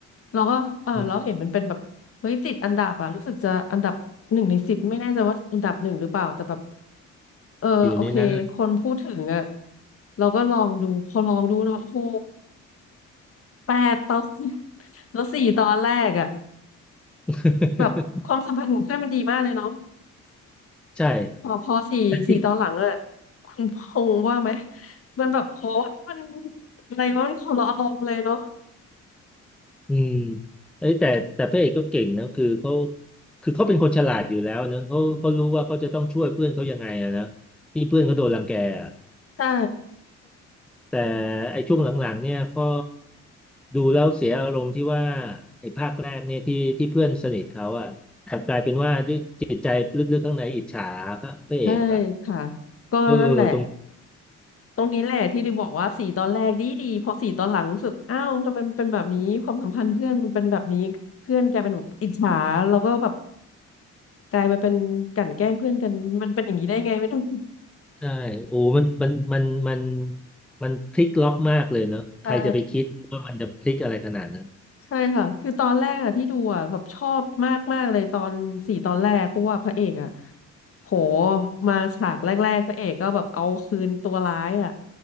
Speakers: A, on the left; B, in the centre.
A: เราก็เออเราเห็นมันเป็นแบบเฮ้ยติดอันดับอ่ะรู้สึกจะอันดับหนึ่งในสิบไม่แน่ใจว่าอันดับหนึ่งหรือเปล่าแต่แบบ
B: อม
A: เออโอเคคนพูดถึงอ่ะ
B: อยู่ในนั้นเล
A: เราก็ลองดูพอลองดูแล้วโอ้โหแปดตอน <laughs> แล้วสี่ตอนแรกอ่ะ
B: ย
A: แบบความสัมพันธ์ของเพื่อนมันดีมากเลยเนาะ
B: ใช่
A: พอพอสี่สี่ตอนหลังอ่ะ
B: แต่ที่
A: คุณพงษ์ว่าไหมมันแบบโหมันอะไรวะมันคนละอารมณ์เลยเนาะ
B: อืมเอ้ยแต่แต่พระเอกก็เก่งนะคือเขาคือเขาเป็นคนฉลาดอยู่แล้วเนอะเขาเขารู้ว่าเขาจะต้องช่วยเพื่อนเขายังไงอะนะที่เพื่อนเขาโดนรังแกอะ
A: ใช่
B: แต่ไอ้ช่วงหลังๆเนี่ยก็ดูแล้วเสียอารมณ์ที่ว่าไอ้ภาคแรกเนี่ยที่ที่เพื่อนสนิทเขาอ่ะกลับกลายเป็นว่าด้วยจิตใจลึกๆข้างในอิจฉาพระเอกอ่ะ
A: ใช่ค่ะก็นั่นแหละ
B: เออตรง
A: ตรงนี้แหละที่ได้บอกว่าสี่ตอนแรกดีดีพอสี่ตอนหลังรู้สึกอ้าวทำไมมันเป็นแบบนี้ความสัมพันธ์เพื่อนมันเป็นแบบนี้เพื่อนแกลายเป็นแบบอิจฉาแล้วก็แบบกลายมาเป็นกลั่นแกล้งเพื่อนกันมันเป็นอย่างนี้ได้ไงไม่รู้
B: ใช่โอ้มันมันมันมันมันพลิกล็อกมากเลยเนาะใครจะไปคิดว่ามันจะพลิกอะไรขนาดนั้น
A: <laughs> ใช่ ใช่ค่ะ คือตอนแรกอะที่ดูอะแบบชอบมากมากเลยตอนสี่ตอนแรกเพราะว่าพระเอกอะโหมาฉากแรกๆพระเอกก็แบบเอาคืนตัวร้ายอะ